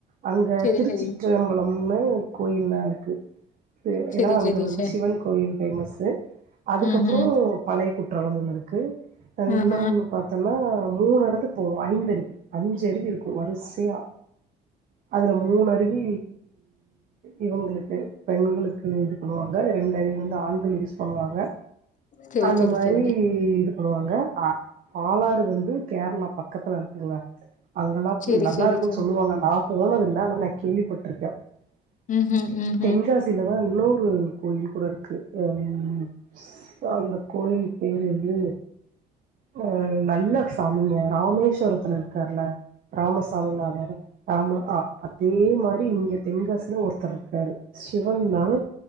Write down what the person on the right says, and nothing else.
அங்க
திருச்சிற்றம்பலம்னு
கோயில்லா இருக்கு
ஏன்னா அங்க
வந்து
சிவன் கோயில் பேமஸு அதுக்கப்
றோ பழைய குற்றாலம் ஒன்னு இருக்கு இன்னோனு
பாத்தோனா மூணு எடத்துக்கு போவோ ஐந்து அருவி அஞ்சு அருவி இருக்கு வரிசையா அதுல மூணருவி இவுங்களுக்கு பெண்களுக்கு இது பண்ணுவாங்க ரெண்டருவி வந்து ஆண்கள் யூஸ் பண்ணுவாங்க
அந்த
மாரி
இதுப் பண்ணுவாங்க பாலாறு வந்து கேர்ளா பக்கத்துல இருக்குங்க அங்கெல்லா
நல்லா
இருக்குன்
சொல்லுவாங்க நா போனது இல்ல ஆனா நா கேள்விப்பட் <unintelligible>
தென்காசி
இதுலவேற இன்னொரு கோயில் கூட இருக்கு அம் தா அந்த கோயில்லு பேரு வந்து அ நல்ல சாமிங்க ராமேஸ்வரத்துல இருக்கார்ல ராமசாமி நாடாரா ஆமா அ அதே மாரி இங்க தென்காசில ஒருத்தர் இருக்காரு சிவன்தான